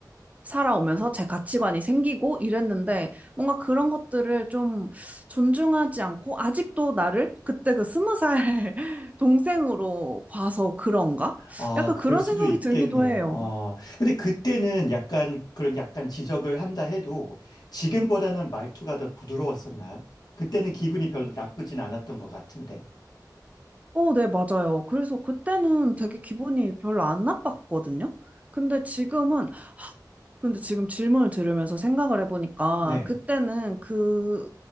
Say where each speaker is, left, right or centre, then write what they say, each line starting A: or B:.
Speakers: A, on the right (about 20°); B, on the left (about 65°).
A: 살아오면서 제 가치관이 생기고 이랬는데 뭔가 그런 것들을 좀 존중하지 않고 아직도 나를 그때 그 스무 살 <laughs> 동생으로 봐서 그런가?
B: 아,
A: 약간
B: 그럴
A: 그런
B: 수도
A: 생각이
B: 있겠네요.
A: 들기도 해요.
B: 어. 근데 그때는 약간 그런 약간 지적을 한다 해도 지금보다는 말투가 더 부드러웠었나요? 그때는 기분이 별로 나쁘진 않았던 것 같은데.
A: 어, 네, 맞아요. 그래서 그때는 되게 기분이 별로 안 나빴거든요. 근데 지금은 근데 지금 질문을 들으면서 생각을 해보니까
B: 네.
A: 그때는 그